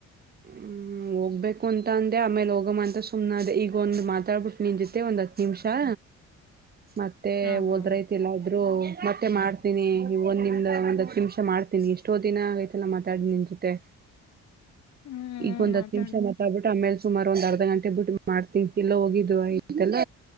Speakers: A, on the right; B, on the left.
A: ಹ್ಮ್ ಹ ಹೋಗ್ಬೇಕು ಅಂತ ಅಂದೆ ಆಮೇಲೆ ಹೋಗಮ್ಮ ಅಂತ ಸುಮ್ನ ಅ ಈಗ ಒಂದು ಮಾತಾಡ್ಬಿಟ್ಟು ನಿನ್ ಜೊತೆ ಒಂದ್ ಹತ್ ನಿಮಿಷಾ ಮತ್ತೆ
B: ಹ
A: ಹೋದ್ರೈತಿಲ್ಲ
B: ಹಾ
A: ಆದ್ರೂ ಮತ್ತೆ ಮಾಡ್ತೀನಿ ಒಂದ ನಿಮ್ದ ಒಂದ್ ಹತ್ತು ನಿಮಿಷ ಮಾಡ್ತೀನಿ ಎಷ್ಟೋ ದಿನ ಆಐತೆಲ್ಲ ಮಾತಾಡ ನಿನ್ ಜೊತೆ
B: ಹ್ಮ್
A: ಈಗ ಒಂದ್
B: ಮಾತಾಡ
A: ಹತ್ತು ನಿಮಿಷ ಮಾತ್ತಡ ಬಿಟ್ಟು ಆಮೇಲೆ ಸುಮಾರು ಒಂದ್ ಅರ್ಧ ಗಂಟೆ ಬಿಟ್ಟ ಮಾಡ್ತಂಗ ಎಲ್ಲ ಹೋಗಿದ್ದು ಆಯತಲ್ಲ